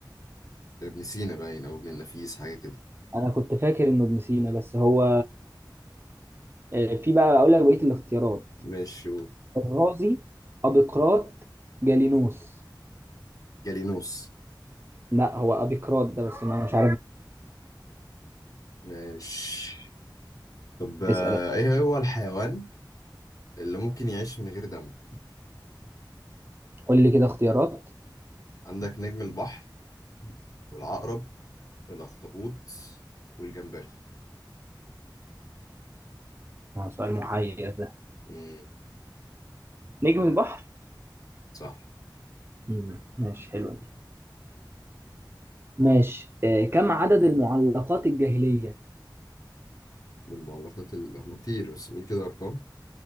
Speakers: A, on the left (about 45°); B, on the right (about 30°).
A: ابن سينا باين أو ابن النفيس حاجة كده
B: انا كنت فاكر انه ابن سينا بس هو آه، في بقى اقول لك بقيه الاختيارات
A: ماشي قول
B: الرازي ابيقراط جالينوس
A: جالينوس
B: لا هو ابيقراط ده بس انا مش عارف
A: ماشي طب آه،
B: اسال
A: ايه هو الحيوان اللي ممكن يعيش من غير دم
B: قول لي كده اختيارات
A: عندك نجم البحر والعقرب والاخطبوط والجمبري
B: آه، سؤال محير ده
A: امم
B: نجم البحر
A: صح
B: مم، ماشي حلو دي ماشي آه، كم عدد المعلقات الجاهليه
A: من المعلقات اللي هم كتير بس قول كده ارقام